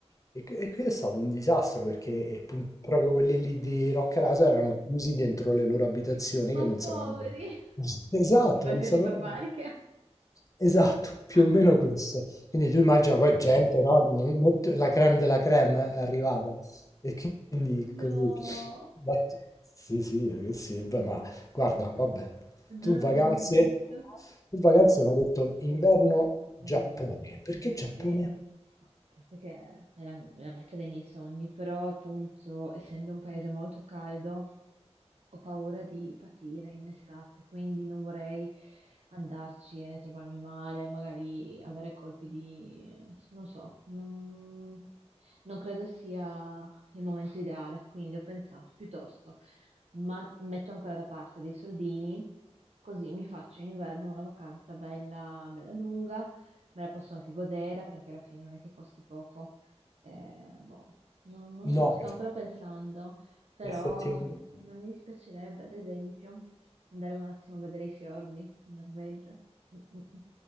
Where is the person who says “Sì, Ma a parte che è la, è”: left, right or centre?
Right